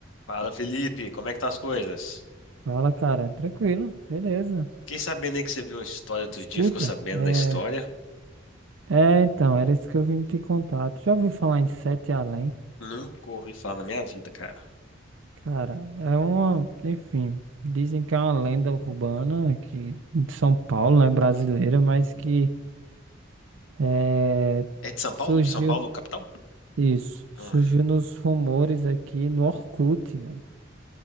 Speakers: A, on the left; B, on the right.
A: Fala, Felipe, como é que tá as coisas?
B: Fala, cara. Tranquilo, beleza.
A: Fiquei sabendo aí que você viu uma história outro
B: Escuta,
A: dia, ficou sabendo
B: é.
A: da história.
B: É, então, era isso que eu vim te contar. Tu já ouviu falar em Sete Além?
A: Nunca ouvi falar na minha vida, cara.
B: Cara, é uma. Enfim, dizem que é uma lenda urbana aqui de São Paulo, né? Brasileira, mas que é,
A: É de São Paulo?
B: surgiu.
A: São Paulo, capital?
B: Isso, surgiu
A: Ah,
B: nos rumores aqui no Orkut, velho.